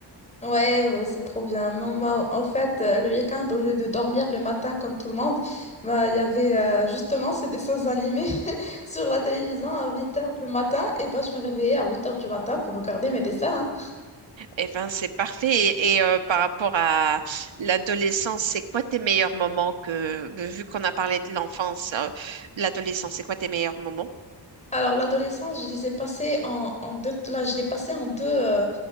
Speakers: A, on the left; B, on the right.
A: ouais, ouais, c'est trop bien. Non, moi, en fait, euh, le week-end, au lieu de dormir le matin comme tout le monde, bah, il y avait euh, justement ces dessins animés <laughs> sur la télévision à huit heures du matin. Et ben, je me réveillais à huit heures du matin pour regarder mes dessins. hein.
B: Eh ben, c'est parfait. Et, et, euh, par rapport à l'adolescence, c'est quoi tes meilleurs moments que, vu qu'on a parlé de l'enfance, euh, l'adolescence, c'est quoi tes meilleurs moments?
A: Alors, l'adolescence, je les ai passés en, en deux, là, je l'ai passé en deux, euh,